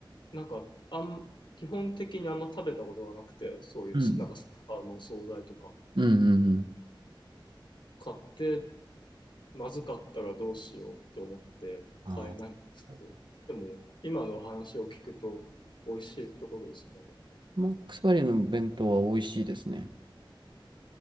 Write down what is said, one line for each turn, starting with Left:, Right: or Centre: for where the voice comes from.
Left: なんか、あん、基本的にあんま食べたことがなくて、そういう、
Right: うん。
Left: なんかスーパーのお惣菜とか
Right: うんうんうん。
Left: 買って、まずかったらどうしようと思って買えないんですけど、
Right: あー
Left: でも、今のお話を聞くと、美味しいってことですね、割
Right: マックスバリュの弁当は美味しいですね。